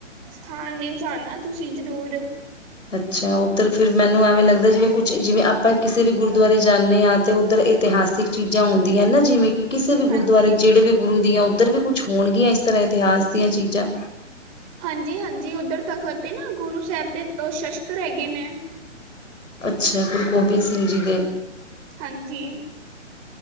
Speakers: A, on the right; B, on the left.
A: ਸਥਾਨ ਨੇ ਜਾਣਾ ਤੁਸੀਂ ਜ਼ਰੂਰ।
B: ਅੱਛਾ ਉੱਧਰ ਫਿਰ ਮੈਨੂੰ ਐਵੇਂ ਲੱਗਦਾ ਜਿਵੇਂ ਕੁਛ ਜਿਵੇਂ ਆਪਾਂ ਕਿਸੇ ਵੀ ਗੁਰਦੁਆਰੇ ਜਾਂਦੇ ਹਾਂ ਤੇ ਉੱਧਰ ਇਤਿਹਾਸਿਕ ਚੀਜ਼ਾਂ ਹੁੰਦੀਆਂ ਨਾ ਜਿਵੇਂ ਕਿ ਕਿਸੇ ਵੀ
A: ਹਾਂਜੀ
B: ਗੁਰਦੁਆਰੇ ਜਿਹੜੇ ਵੀ ਗੁਰੂ ਦੀਆਂ ਉੱਧਰ ਵੀ ਕੁਛ ਹੋਣਗੀਆਂ ਇਸ ਤਰ੍ਹਾਂ ਇਤਿਹਾਸ ਦੀਆਂ ਚੀਜ਼ਾਂ।
A: ਹਾਂਜੀ, ਹਾਂਜੀ ਉੱਧਰ ਤਖਤ ਤੇ ਨਾ ਗੁਰੂ ਸਾਹਿਬ ਦੇ ਸ਼ਸਤਰ ਹੈਗੇ ਨੇ।
B: ਅੱਛਾ ਗੁਰੂ ਗੋਬਿੰਦ ਸਿੰਘ ਜੀ ਦੇ।
A: ਹਾਂਜੀ।